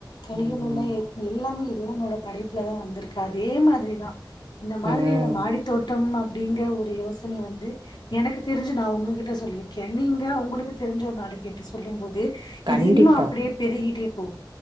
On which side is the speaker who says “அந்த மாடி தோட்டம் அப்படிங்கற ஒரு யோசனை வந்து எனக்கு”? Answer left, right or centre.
Left